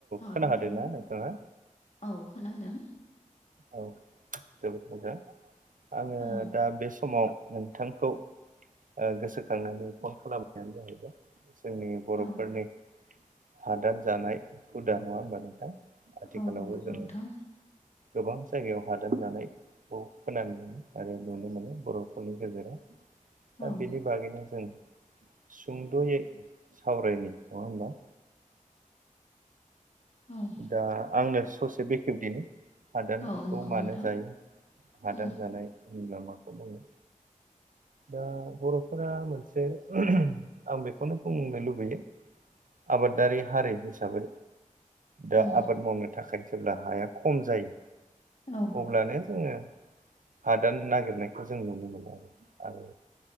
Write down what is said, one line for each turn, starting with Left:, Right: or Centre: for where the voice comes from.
Left: औ
Right: खोनाहादोंना
Left: हेल'
Right: नोंथाङा
Left: औ खोनादों।
Right: औ जोबोद मोजां आङो
Left: औ
Right: दा बे समाव नोंथांखौ ओ गोसोखांनानै फन खालामनायानो जाहैबाय जोंनि बर'फोरनि
Left: औ
Right: हादर जानाय हुदा नङा होनबा नोंथां। आथिखालावबो
Left: औ नंगौ
Right: जों
Left: नोंथां
Right: गोबां जायगायाव हादान जानाय। खौ खोनानो मोनो आरो नुनो मोनो बर'फोरनि गेजेराव दा
Left: औ
Right: बेनि बागैनो जों सुंद'यै सावरायनि नङा होमबा
Left: औ
Right: दा आंनो ससे बेखेबदिनि हादानखौ
Left: औ नंगौ
Right: मानो
Left: नोंथां
Right: जायो? हादान
Left: औ
Right: जानाय होनबा माखौ बुङो? दा बर'फोरा मोनसे आं बेखौनो बुंनो लुबैयो। आबादारि हारि हिसाबै दा
Left: औ
Right: आबाद मावनो थाखाय जेब्ला हाया खम जायो।
Left: औ
Right: अब्लानो जोङो हादान नागिरनायखौ जों नुनो मोनो आरो